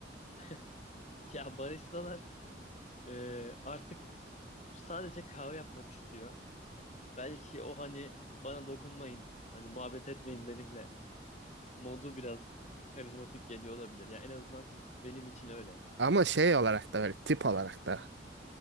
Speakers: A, on the left; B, on the right.
A: <laughs> Ya baristalar e, artık Sadece kahve yapmak istiyor. Belki o hani bana dokunmayın, hani muhabbet etmeyin benimle modu biraz karizmatik geliyor olabilir. Ya en azından benim için öyle.
B: Ama şey olarak da böyle tip olarak da.